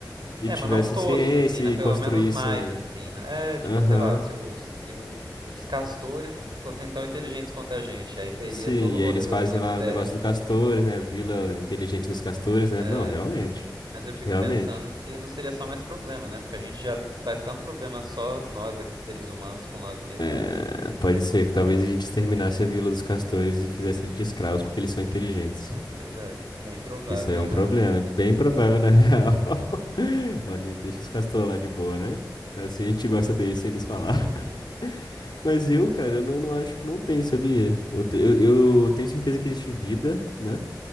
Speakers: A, on the left; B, on the right.
A: E
B: É,
A: tivessem
B: mas não todos,
A: ciência
B: assim, né?
A: e
B: Pelo
A: construíssem.
B: menos mais, assim, né? É, tipo,
A: Aham.
B: sei lá, se, o, se o, os castores fossem tão inteligentes quanto a gente, aí teria
A: Sim,
B: todo o
A: e
B: rolê
A: aí eles
B: das
A: fazem
B: duas
A: lá
B: espécies,
A: o negócio do castores,
B: tá?
A: né? A vila inteligente dos castores, né?
B: É,
A: Não, realmente.
B: mas eu fico
A: Realmente.
B: pensando se não seria só mais problema, né? Porque a gente já faz tanto problema só nós aqui, seres humanos, com nós mesmos,
A: É,
B: imagina
A: pode ser que talvez a gente exterminasse a vila dos castores e fizesse eles de escravos porque eles são inteligentes.
B: Pois é, bem provável
A: Isso aí
B: na
A: é um
B: real.
A: problema, é bem provável na real. <laughs> Olha aí, deixa os castores lá de boa, né? Assim a gente gosta deles sem eles falar.
B: <laughs>
A: <laughs> Mas eu, cara, eu não, eu não acho que não tem, sabia? Eu, te- eu- eu tenho certeza que existe vida, né?